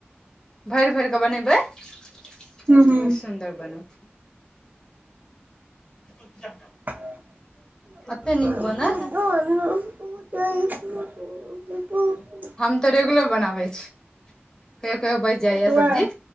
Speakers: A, on the left; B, on the right.
A: भेर भेर कऽ बनेबै बड
B: हूँ हूँ
A: सुन्दर बनत <inaudible>
B: धान प
A: एते नीक
B: च
A: बनत
B: <inaudible> बु बु <inaudible>
A: हम तऽ रेगुलर बनाबैय अछी कहियो कहियो बेच
B: नहि
A: जाइए
B: तऽ वैह
A: सब्जी